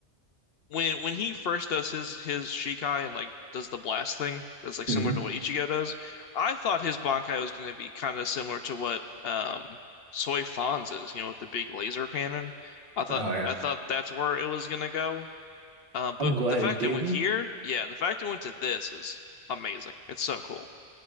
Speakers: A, on the left; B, on the right.
A: when when he first does his his Shikai and like does the blast thing that's like
B: hmm
A: similar to what Ichigo does, I thought his Bankai was going to be kind of similar to what um Soy Fon's is, you know, with the big laser cannon. I thought
B: Oh yeah.
A: I thought that's where it was going to go. Uh, but
B: I'm glad
A: the fact
B: it didn't.
A: it went here, yeah, the fact it went to this is amazing. It's so cool.